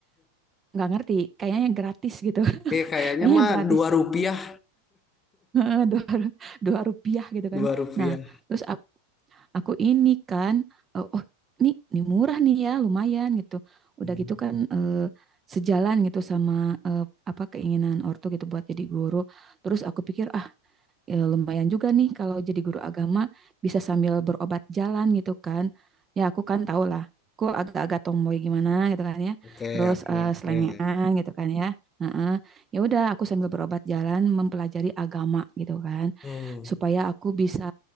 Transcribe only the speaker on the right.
nggak ngerti. Kayaknya gratis gitu. <laughs>
Kayaknya
gratis.
Heeh, Dua, ru- dua rupiah gitu
kan.
Nah, terus aku, aku ini kan, eh, oh, ini, ini murah nih ya, lumayan gitu. Udah
gitu kan eh, sejalan gitu sama eh, apa keinginan ortu gitu buat jadi guru. Terus aku pikir ya, lumayan juga nih kalau jadi guru agama bisa sambil berobat jalan gitu kan. Ya aku kan tau lah, aku agak-agak tomboy gimana gitu kan ya.
Terus
eh, selengean
gitu kan ya. Heeh. Ya udah aku sambil berobat jalan mempelajari agama gitu kan.
Supaya aku bisa